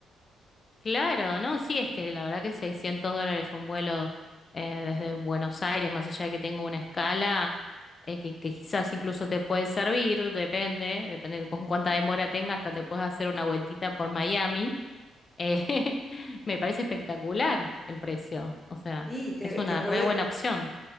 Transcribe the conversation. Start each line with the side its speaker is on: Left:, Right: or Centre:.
Left: Claro, no, sí, es que la verdad que 600 dólares un vuelo eh, desde Buenos Aires, más allá de que tenga una escala eh, que, que quizás incluso te puede servir, depende, depende de con cuánta demora tenga, hasta te puedes hacer una vueltita por Miami. eh, <laughs> me parece espectacular el precio, o sea,
Centre: Sí, te,
Left: es una
Centre: te podés,
Left: re buena opción.